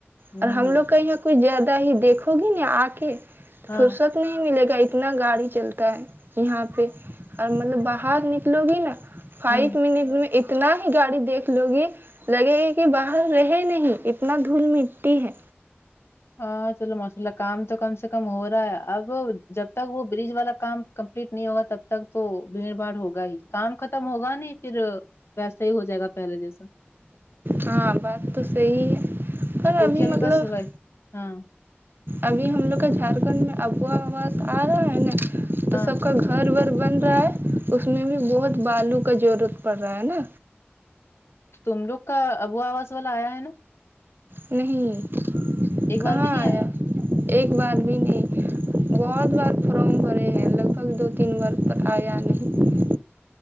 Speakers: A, on the left; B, on the right.
A: ہوں
B: اور ہم لوگ کہ یہاں کچھ زیادہ ہی دیکھو گی نا آ کے
A: ہاں
B: فرصت نہیں ملے گا اتنا گاڑی چلتا ہے یہاں پہ اور مطلب باہر نکلو گی نا فائیو
A: ہوں
B: منٹ میں اتنا ہی گاڑی دیکھ لو گی لگے گی کہ باہر رہے نہیں اتنا دھول مٹی ہے
A: ہاں چلو ماشاء اللہ کام تو کم سے کم ہو رہا ہے اب جب تک وہ برج والا کام کمپلیٹ نہیں ہوگا تب تک تو بھیڑ باڑ ہوگا ہی کام ختم ہوگا نہیں پھر ویسا ہی ہو جائے گا پہلے جیسا
B: ہاں بات تو صحی ہے پر
A: ہاں کیونکہ
B: ابھی مطلب
A: بس وہ ہاں
B: ابھی ہم لوگ کا جھارکھنڈ میں اب وا واز آ رہا ہے نا تو
A: ہاں
B: سب کا گھر ور بن رہا ہے اس میں بھی بہت بالو کا ضرورت پڑ رہا ہے نا
A: تم لوگ کا ابو آواز والا آیا ہے نا
B: نہیں
A: ایک
B: کہاں
A: بار بھی نہیں
B: آیا ایک بار بھی نہیں بہت بار فارم بھرے ہیں لگ بھگ دو تین بار پر آیا نہیں